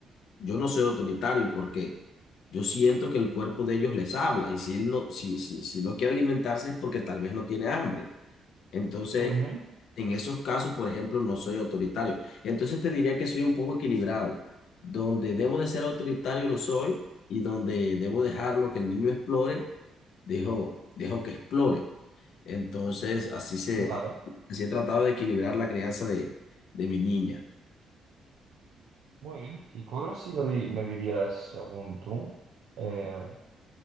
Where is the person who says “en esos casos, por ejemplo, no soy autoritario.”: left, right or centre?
Left